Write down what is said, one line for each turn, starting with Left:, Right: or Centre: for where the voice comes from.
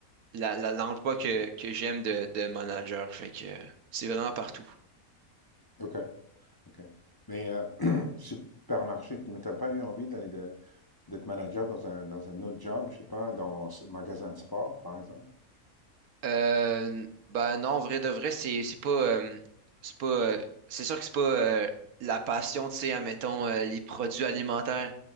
Right: la, la, l'emploi que, que j'aime de, de manager. Fait que euh, c'est vraiment partout.
Left: Ok, ok. Mais euh, <clears throat> supermarché, tu- mais t'as pas eu envie d'aller de- d'être manager dans un, dans un autre job, je sais pas, dans un magasin de sport par exemple?
Right: Euh, bah non, vrai de vrai, c'est c'est pas euh, c'est pas euh, c'est sûr que c'est pas euh, la passion, tu sais, admettons euh, les produits alimentaires,